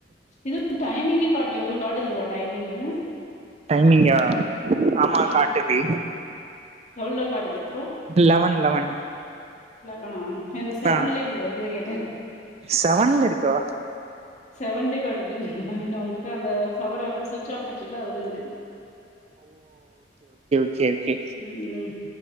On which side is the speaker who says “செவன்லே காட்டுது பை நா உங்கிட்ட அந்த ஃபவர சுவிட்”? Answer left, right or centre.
Left